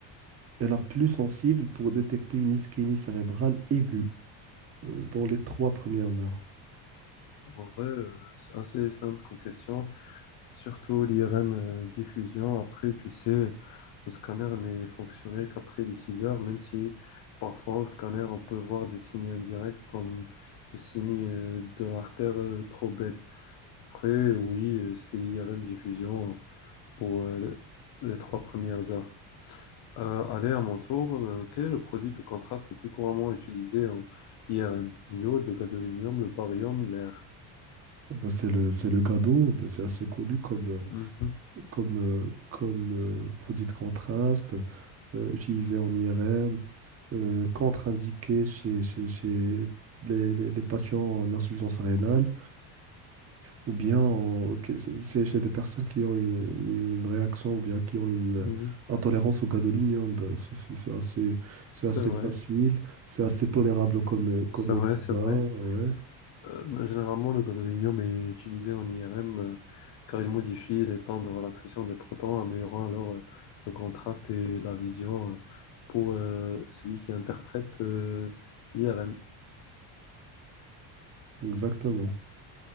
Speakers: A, on the right; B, on the left.
A: est la plus sensible pour détecter une ischémie cérébrale aiguë euh, dans les trois premières heures?
B: En vrai, euh, c'est assez simple comme question. C'est surtout l'IRM euh, diffusion. Après, tu sais, le scanner n'est fonctionnel qu'après les 6 heures, même si parfois au scanner, on peut voir des signes indirects comme le signe euh, de l'artère euh, trop belle. Après, oui, euh, c'est l'IRM diffusion pour euh, les trois premières heures. Euh, allez, à mon tour, euh, quel est le produit de contraste le plus couramment utilisé en IRM? L'iode, le gadolinium, le barium, l'air.
A: Eh Ben, c'est le, c'est le GADO, ben, c'est assez connu comme, euh,
B: Mhm.
A: comme, euh, comme euh, produit de contraste, euh, utilisé en IRM, euh, contre-indiqué chez, chez, chez les, les- les patients en insuffisance rénale, ou bien en- que- c'est chez des personnes qui ont une, une réaction, ou bien qui ont une euh,
B: Mhm.
A: intolérance au gadolinium. Ben, c'est c'est- c'est assez, c'est
B: C'est
A: assez
B: vrai,
A: facile, c'est assez tolérable comme, euh, comme
B: c'est vrai,
A: examen.
B: c'est
A: Ouais,
B: vrai. Euh, généralement, le gadolinium est utilisé en IRM euh, car il modifie les temps de relaxation des protons, améliorant alors euh, le contraste et la vision euh, pour euh, celui qui interprète euh, IRM.
A: exactement.